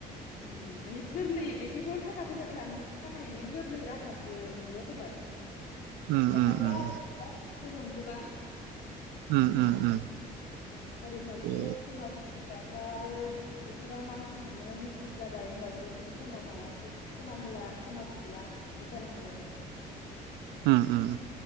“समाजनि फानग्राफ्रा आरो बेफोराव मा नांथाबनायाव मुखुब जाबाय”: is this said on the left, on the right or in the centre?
Left